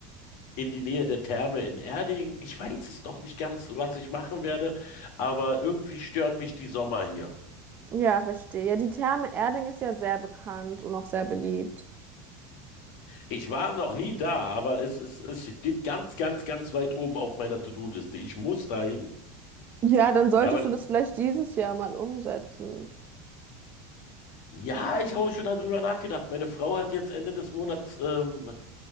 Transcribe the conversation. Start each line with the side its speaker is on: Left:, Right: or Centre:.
Left: in die Nähe der Therme in Erding. Ich weiß es noch nicht ganz, was ich machen werde, aber irgendwie stören mich die Sommer hier.
Right: Ja, verstehe. Ja, die Therme Erding ist ja sehr bekannt und auch sehr beliebt.
Left: Ich war noch nie da, aber es, es, es steht ganz, ganz, ganz weit oben auf meiner To-Do-Liste. Ich muss dahin.
Right: Ja, dann solltest
Left: Ja, aber
Right: du das vielleicht dieses Jahr mal umsetzen.
Left: ja, ich habe auch schon darüber nachgedacht. Meine Frau hat jetzt Ende des Monats ähm,